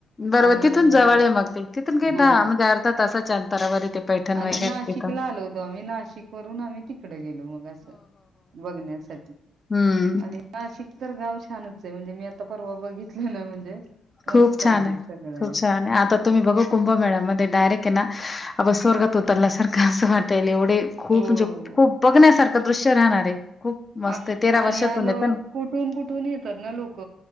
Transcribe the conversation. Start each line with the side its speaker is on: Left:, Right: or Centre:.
Left: बरवतिथून
Right: आणि
Left: जवळ मग ते तिथून काही
Right: हा
Left: दा म्हणजे अर्ध्या तासाच्या अंतरावर ते पैठण
Right: आणि
Left: वगैरे
Right: नाशिकला
Left: तिथं.
Right: आलो होतो आम्ही नाशिक वरून आम्ही तिकड गेलो मग असं बघण्यास <unintelligible>
Left: हम्म
Right: आणि नाशिक तर गाव छानच आहे म्हणजे मी आता परवा बघितलं ना म्हणजे
Left: खूप
Right: मस्त
Left: छान आहे
Right: सगळं
Left: खूप
Right: असं
Left: छान आहे आता तुम्ही बघू कुब्बा मॅडम म ते डायरेट ना आप स्वर्गात उतरल्यासारख असं वाटायल ए ते खूप
Right: हो
Left: म्हणजे खूप बघण्यासारखं दृश्य राहणार आहे खूप मस्त
Right: आ
Left: आहे तेरा
Right: आणि
Left: वर्षातून
Right: आलो
Left: येत ना
Right: कुठून कुठून येतात ना लोक